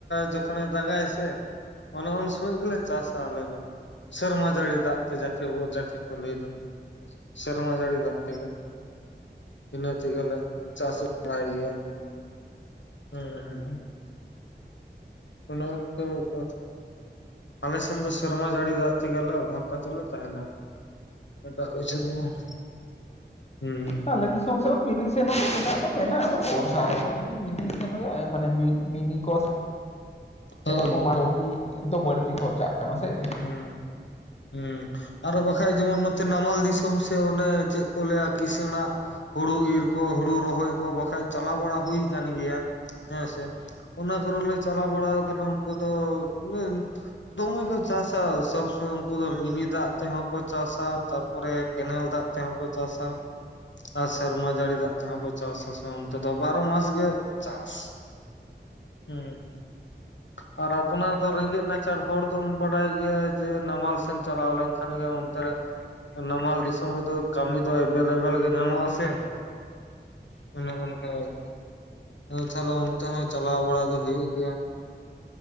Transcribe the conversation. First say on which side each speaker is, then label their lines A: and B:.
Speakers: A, on the left; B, on the left.
A: ᱡᱚᱠᱷᱚᱱᱼᱮ ᱫᱟᱜᱽᱼᱟᱭ ᱥᱮ ᱚᱱᱮ ᱩᱱ ᱥᱚᱢᱚᱡ ᱜᱮᱞᱮ ᱪᱟᱥᱼᱟ ᱟᱞᱮ ᱫᱚ ᱾ ᱥᱮᱨᱢᱟ ᱡᱟᱹᱲᱤ ᱫᱟᱜ ᱛᱮ ᱡᱟᱠᱮ ᱵᱚ ᱡᱟᱠᱮ ᱠᱚ ᱞᱟᱹᱭ ᱫᱚ, ᱥᱮᱨᱢᱟ ᱡᱟᱹᱲᱤ ᱫᱟᱜ ᱛᱮᱜᱮ ᱤᱱᱟᱹ ᱛᱮᱜᱮᱞᱮ ᱪᱟᱥ ᱵᱟᱲᱟᱭ ᱜᱮᱭᱟ ᱾ ᱦᱩᱸ ᱦᱩᱸ᱾ ᱚᱱᱮ ᱚᱱᱛᱮ ᱩᱯᱚᱨ ᱟᱞᱮ ᱥᱮᱱ ᱫᱚ ᱥᱮᱨᱢᱟ ᱡᱟᱹᱲᱤ ᱫᱟᱜ ᱛᱮᱜᱮ ᱞᱮ ᱚᱵᱷᱟᱵᱽ ᱠᱟᱛᱮ ᱞᱮ ᱛᱟᱦᱮᱸᱱᱟ ᱾ ᱮᱴᱟᱜ ᱠᱤᱪᱷᱩ ᱫᱚ ᱵᱟᱝ᱾ ᱦᱩᱸ
B: ᱛᱟ ᱞᱟᱹᱜᱤᱫ ᱥᱚᱢ ᱥᱮᱫ ᱦᱚᱸ ᱢᱤᱞᱤ ᱥᱮᱱ ᱦᱚᱸᱛᱚ ᱢᱮᱱᱟᱜ ᱫᱚ ᱢᱮᱱᱟᱜ, ᱟᱫᱚ ᱵᱚᱨᱥᱟ ᱨᱮᱦᱚᱸ ᱡᱩᱫᱤ ᱢᱤᱱᱤ ᱥᱮᱱ ᱦᱳᱭᱳᱜᱼᱟ ᱮᱸ ᱢᱟᱱᱮ ᱢᱤ ᱢᱤᱱᱤ ᱠᱚᱥ
A: ᱦᱳᱭ
B: ᱥᱮᱨᱚᱠᱚᱢ
A: ᱦᱳᱭ
B: ᱟᱹᱣᱰᱤ ᱫᱚ ᱵᱟᱹᱲᱛᱤ ᱠᱷᱚᱨᱪᱟᱜ ᱠᱟᱱᱟ ᱥᱮ ᱾
A: ᱦᱩᱸ ᱦᱩᱸ ᱟᱨᱚ ᱵᱟᱠᱷᱟᱡ ᱡᱮᱢᱚᱱ ᱱᱚᱛᱮ ᱱᱟᱢᱟᱞ ᱫᱤᱥᱚᱢ ᱥᱮᱜ ᱚᱱᱮ ᱪᱮᱫ ᱠᱚ ᱞᱟᱹᱭᱼᱟ ᱠᱤᱥᱟᱹᱬᱟᱜ ᱦᱩᱲᱩ ᱤᱨ ᱠᱚ, ᱦᱩᱲᱩ ᱨᱚᱦᱚᱭ ᱠᱚ ᱵᱟᱠᱷᱟᱡ ᱪᱟᱞᱟᱣ ᱵᱟᱲᱟ ᱦᱩᱭ ᱟᱠᱟᱱ ᱜᱮᱭᱟ, ᱦᱮᱸᱥᱮ ᱾ ᱚᱱᱟ ᱠᱚᱨᱮ ᱦᱚᱸᱞᱮ ᱪᱟᱞᱟᱣ ᱵᱟᱲᱟᱣ ᱠᱟᱱᱟ ᱩᱱᱠᱩ ᱫᱚ, ᱩᱱᱟᱹᱝ ᱫᱚᱝ ᱜᱮᱠᱚ ᱪᱟᱥᱼᱟ, ᱥᱚᱵᱽ ᱥᱩᱢᱚᱭ ᱩᱝᱠᱩ ᱫᱚ ᱢᱤᱱᱤ ᱫᱟᱜ ᱛᱮᱦᱚᱸ ᱠᱚ ᱪᱟᱥᱼᱟ ᱛᱟᱨᱯᱚᱨᱮ ᱠᱮᱱᱮᱞ ᱫᱟᱜ ᱛᱮᱦᱚᱸ ᱠᱚ ᱪᱟᱥᱼᱟ ᱾ ᱟᱨ ᱥᱮᱨᱢᱟ ᱡᱟᱹᱲᱤ ᱫᱟᱜ ᱛᱮᱦᱚᱸ ᱠᱚ ᱪᱟᱥᱼᱟ, ᱥᱮ ᱚᱱᱛᱮ ᱫᱚ ᱵᱟᱨᱚ ᱢᱟᱥ ᱜᱮ ᱪᱟᱥ ᱾ ᱩᱸ ᱦᱩᱸ᱾ ᱟᱨ ᱟᱯᱱᱟᱨ ᱫᱚ ᱨᱮᱸᱜᱽᱮᱡ ᱱᱟᱪᱟᱨ ᱦᱚᱲ ᱫᱚᱢ ᱵᱟᱰᱟᱭ ᱜᱮᱭᱟ ᱡᱮ ᱱᱟᱢᱟᱞ ᱥᱮᱱ ᱪᱟᱞᱟᱣ ᱞᱮᱱᱠᱷᱟᱱ ᱜᱮ ᱚᱱᱛᱮ ᱨᱮ ᱱᱟᱢᱟᱞ ᱫᱤᱥᱚᱢ ᱨᱮᱫᱚ ᱠᱟᱹᱢᱤ ᱫᱚ ᱮᱵᱷᱮᱭᱞᱮᱵᱮᱞ ᱜᱮ ᱧᱟᱢᱚᱜᱼᱟ ᱥᱮ ᱾ ᱚᱱᱮ ᱚᱱᱠᱟ <unintelligible> ᱟᱫᱚ ᱛᱟᱦᱮᱞᱮ ᱚᱱᱛᱮ ᱦᱚᱸ ᱪᱟᱞᱟᱣ ᱵᱟᱲᱟ ᱫᱚ ᱦᱩᱭᱩᱜ ᱜᱮᱭᱟ ᱾